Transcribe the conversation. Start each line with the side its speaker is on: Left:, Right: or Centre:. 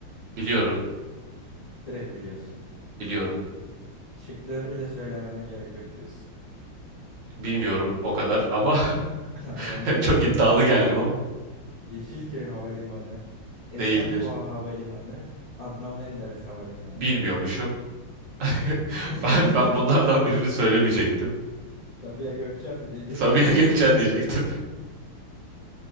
Right: Biliyorum,
Left: Direkt biliyorsun.
Right: biliyorum.
Left: Şıkları bile söylememe gerek yok diyorsun. <laughs>
Right: Bilmiyorum o kadar ama
Left: Tamam,
Right: <laughs>
Left: söylüyorum.
Right: çok iddialı geldim ama
Left: Yeşilköy Havalimanı, Esenboğa
Right: değildir.
Left: Havalimanı, Adnan Menderes Havalimanı.
Right: Bilmiyormuşum. <laughs>
Left: <laughs>
Right: Ben ben bunlardan birini söylemeyecektim.
Left: Sabiha Gökçen
Right: <laughs>
Left: mi diyecektin?
Right: Sabiha Gökçen diyecektim.